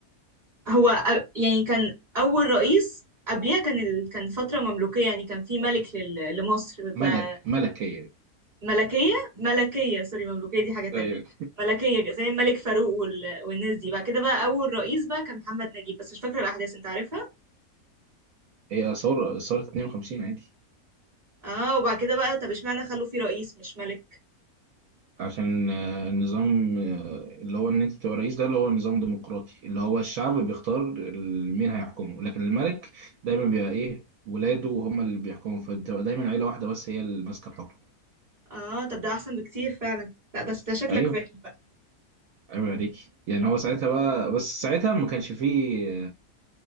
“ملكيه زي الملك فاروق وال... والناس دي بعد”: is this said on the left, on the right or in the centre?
Right